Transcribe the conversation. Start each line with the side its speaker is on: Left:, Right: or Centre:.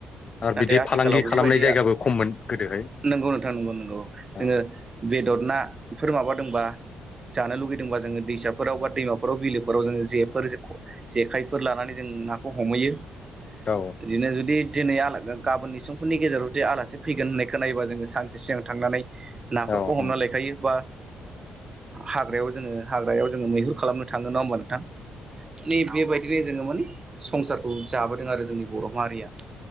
Left: आरो
Right: नाथाय
Left: बिदि
Right: आथिखालाव
Left: फालांगि
Right: बेफोरबायदिया।
Left: खालामनाय जायगाबो खममोन गोदोहाय
Right: नंगौ नोंथां नंगौ नंगौ जोङो
Left: औ
Right: बेदर ना? बेफोर माबादोंबा जानो लुगैदोंबा जोङो। दैसाफोराव बा दैमाफोराव बिलोफोराव जोङो जेफोर जेखायफोर लानानै जों नाखौ। हमहैयो
Left: औ
Right: बिदिनो जुदि दिनै आला गाबोननि समफोरनि गेजेराव जे आलासि फैगोन होननायखौ नायोबा जोङो सानसे सिगां थांनानै। नाफोरखौ
Left: औ औ
Right: हमना लायखायो बा हाग्रायाव जोङो हाग्रायाव जोङो मैहुर खालामनो। थाङो नङा होमबा नोंथां माने बेबायदिनो जोङो माने। संसारखौ जाबोदों आरो जोंनि बर' माहारिया